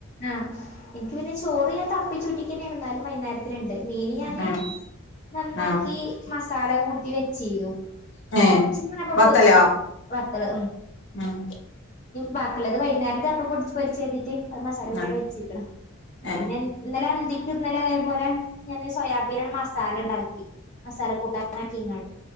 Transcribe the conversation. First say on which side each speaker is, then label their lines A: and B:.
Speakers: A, on the left (about 40°); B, on the left (about 60°).
A: ആഹ് എനിക്ക് പിന്നെ ചോറ് ഞാൻ തളപ്പിച്ചുറ്റിക്ക്ന്നെ എന്നാലും വ വൈേന്നരത്തിന്ണ്ട് മീനിഞാന്ന്
B: ഉം
A: നന്നാക്കി
B: ഉം
A: മസാല കൂട്ടി ചെയ്യും
B: ഏഹ്
A: കൊറച്ച് ഞാന്
B: വത്തലോ
A: പൊരിച്ചു വത്തല്
B: ഉം
A: ബാക്കിള്ളത് വൈന്നേരത്തെ അപ്പൊടിച്ച് പൊരിച്ചര് തിട്ട് അത് മസാല കുട്ടിഅവ്ടെ
B: ആഹ്
A: വെച്ച്ക്ണ് പിന്നെ
B: ഏഹ്
A: ഇന്നലെ അന്തിക് ഇന്നലെ ഇതേപോലെ ഞാന് സോയാബീന് മസാലണ്ടാക്കി മസാല കൂട്ടാനക്കിക്കാണ്ട്